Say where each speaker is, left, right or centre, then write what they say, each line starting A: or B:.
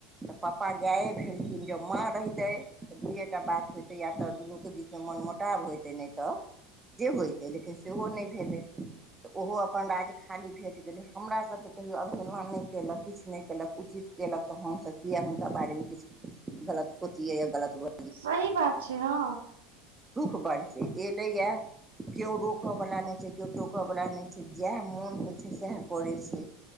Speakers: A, on the right; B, on the right.
A: तऽ पापा गायब भेलखिन ज्यों माँ रहितै तऽ दुइए टा बात होइतै या तऽ दुनूके बीचमे मन मोटाब होइतै नै तऽ जे होइतै लेकिन सेहो नै भेलै तऽ ओहो अपन राज खाली भेट गेलै हमरा सबके कहियौ अवहेलना नहि केलक किछु नहि केलक उचित केलक तऽ हमसब किएक हुनका बारेमे किछु गलत सोचिए या गलत बजिए
B: सही बात छै हँ
A: दुःख बढ़ छै एलैय या कियौ रोकऽवला नहि छै कियौ टोकऽवला नहि छै जेएह मोन होइ छै साएह करै छै